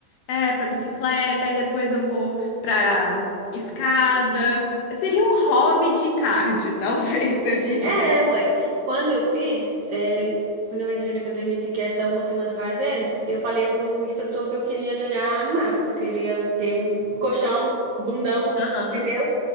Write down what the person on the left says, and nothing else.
é, pra bicicleta, aí depois eu vou pra escada. Seria um hobby de cardio, <laughs> talvez, eu diria.
Aham.